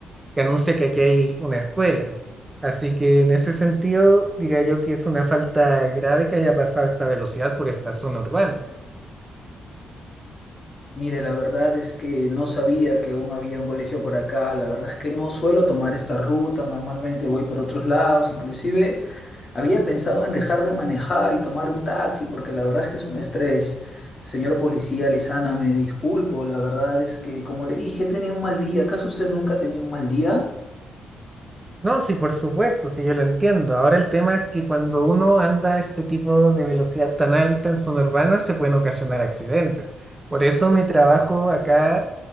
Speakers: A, on the right (about 20°); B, on the left (about 40°).
A: que anuncia que aquí hay una escuela. Así que en ese sentido diría yo que es una falta grave que haya pasado esta velocidad por esta zona urbana.
B: Mire, la verdad es que no sabía que aún había un colegio por acá, la verdad es que no suelo tomar esta ruta, normalmente voy por otros lados, inclusive Había pensado en dejar de manejar y tomar un taxi porque la verdad es que es un estrés. Señor policía Lizana, me disculpo, la verdad es que, como le dije, tenía un mal día. ¿Acaso usted nunca ha tenido un mal día?
A: No, sí, por supuesto, sí, yo lo entiendo. Ahora el tema es que cuando uno anda a este tipo de velocidad tan alta en zona urbana se pueden ocasionar accidentes. Por eso mi trabajo acá